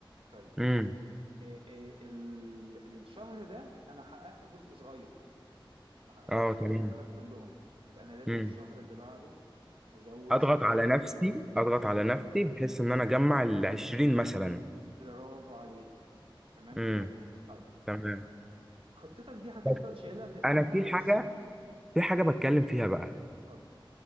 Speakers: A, on the right (about 85°); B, in the centre.
A: طيب
B: امم
A: إيه إيه ال- الشهر ده أنا حققت جزء صغير ما حققتش
B: اه تمام
A: ال 10000 كلهم يبقى أنا لازم
B: امم
A: الشهر اللي بعده أزود
B: اضغط
A: شوية
B: على نفسي اضغط
A: بالظبط
B: على نفسي بحيث ان انا اجمع ال 20 مثلا
A: برافو عليك تمام
B: امم
A: كده طيب
B: تمام
A: خطتك دي هتفضل
B: بس
A: شايلها في دماغك
B: انا في
A: خمس
B: حاجه
A: سنين
B: في حاجه بتكلم فيها بقى
A: اتفضل